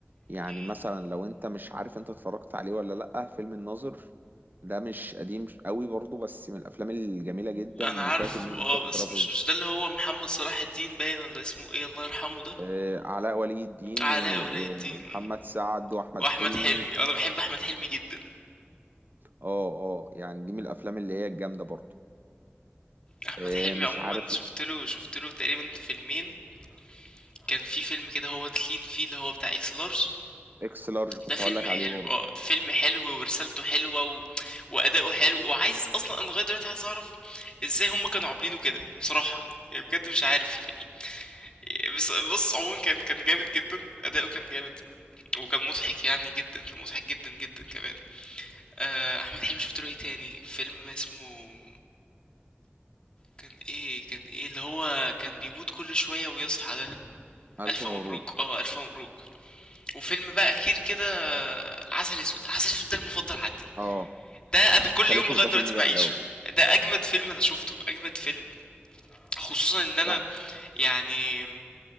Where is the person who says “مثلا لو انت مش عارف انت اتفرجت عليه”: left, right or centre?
Right